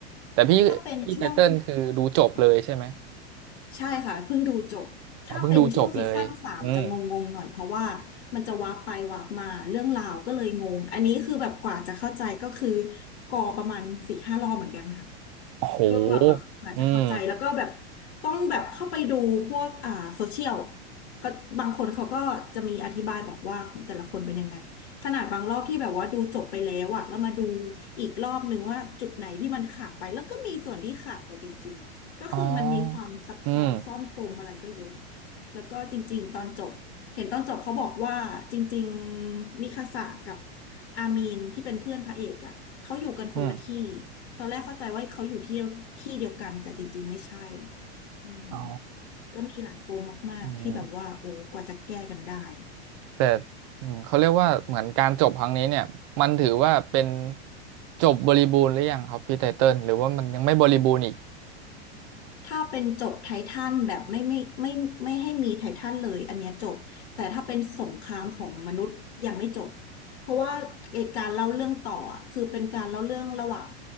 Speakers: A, on the right; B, on the left.
A: แต่พี่พี่ไตเติ้ลคือดูจบเลยใช่ไหม
B: ถ้าเป็นช่วงค่ะใช่ค่ะเพิ่งดูจบถ้าเป็นช่วงซีซั่นสามจะงงๆหน่อยเพราะว่า
A: อ๋อเพิ่งดูจบเลยอืม
B: มันจะวาร์ปไปวาร์ปมาเรื่องราวก็เลยงงอันนี้คือแบบกว่าจะเข้าใจก็คือกอประมาณสี่ห้ารอบเหมือนกันค่ะ
A: โอ้โห
B: ก็กว่าแบบอาจจะเข้าใจแล้วก็แบบ
A: อืม
B: ต้องแบบเข้าไปดูพวกอ่าโซเชียลก็บางคนเขาก็จะมีอธิบายบอกว่าของแต่ละคนเป็นยังไงขนาดบางรอบที่แบบว่าดูจบไปแล้วอะแล้วมาดูอีกรอบนึงว่าจุดไหนที่มันขาดไปแล้วก็มีส่วนที่ขาดไปจริงๆก็คือมันมีความซับซ้อนซ่อนปมอะไรก็เยอะ
A: อ๋ออืม
B: แล้วก็จริงๆตอนจบเห็นตอนจบเขาบอกว่าจริงๆมิคาสะกับอามีนที่เป็นเพื่อนพระเอกอะเขาอยู่กันคนละที่
A: อืม
B: ตอนแรกเข้าใจว่าเขาอยู่ที่ที่เดียวกันแต่จริงๆไม่ใช่อืม
A: อ๋อ
B: ก็มีหลายปมมากๆที่แบบว่าโอ้กว่าจะแก้กันได้
A: อืมแต่อืมเขาเรียกว่าเหมือนการจบครั้งนี้เนี่ยมันถือว่าเป็นจบบริบูรณ์หรือยังครับพี่ไตเติ้ลหรือว่ามันยังไม่บริบูรณ์อีก
B: ถ้าเป็นจบไททันแบบไม่ไม่ไม่ไม่ไม่ให้มีไททันเลยอันเนี้ยจบแต่ถ้าเป็นสงครามของมนุษย์ยังไม่จบเพราะว่าไอ้การเล่าเรื่องต่ออะคือเป็นการเล่าเรื่องระหว่าง